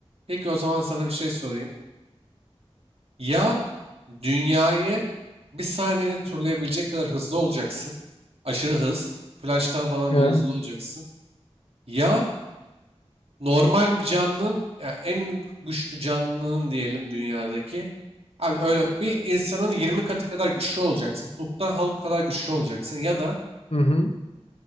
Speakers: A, on the right; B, on the left.
A: Peki o zaman sana bir şey sorayım. Ya dünyayı bir saniyede turlayabilecek kadar hızlı olacaksın. Aşırı hız. Flash'tan falan
B: Ya,
A: bile hızlı olacaksın. Ya normal bir canlının ya en güçlü canlının diyelim dünyadaki. Abi öyle bir insanın 20 katı kadar güçlü olacaksın. Hulk'tan Hulk kadar güçlü olacaksın. Ya da
B: hı hı.